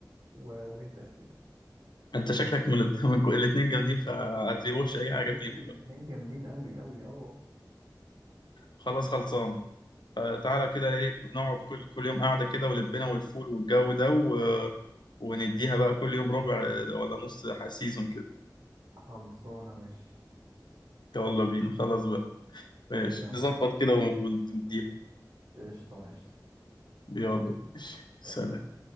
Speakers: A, on the right (about 70°); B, on the left (about 75°).
A: و... ونبدأ فيه
B: انت شكلك من الد- <laughs> من الاثنين جامدين فهتريوش
A: الاتنين
B: اي حاجه
A: جامدين
B: فيهم
A: اتنين جامدين قوي قوي اه
B: خلاص خلصانه فتعالى كده ايه نقعد كل كل يوم قاعده كده ولبنا والفول والجو ده و... ونديها بقى كل يوم ربع اه، ولا نص ح- سيزون كده
A: خلصانه ماشي
B: يلا بينا خلاص بقى ماشي
A: يلا
B: نظبط كده ونديها
A: قشطه ماشي
B: يلا ماشي. سلام
A: سلام.